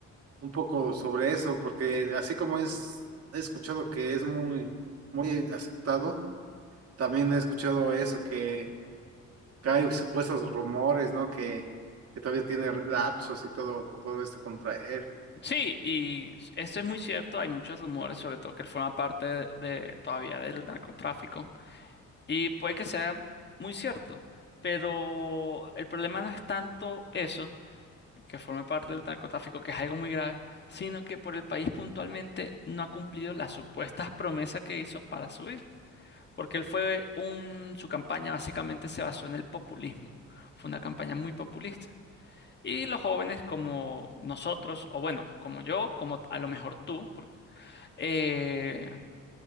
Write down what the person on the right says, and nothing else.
un poco sobre eso, porque así como es, he escuchado que es muy, muy aceptado, también he escuchado eso, que, que hay supuestos rumores, ¿no? Que, que todavía tiene lapsos y todo, todo esto contra él.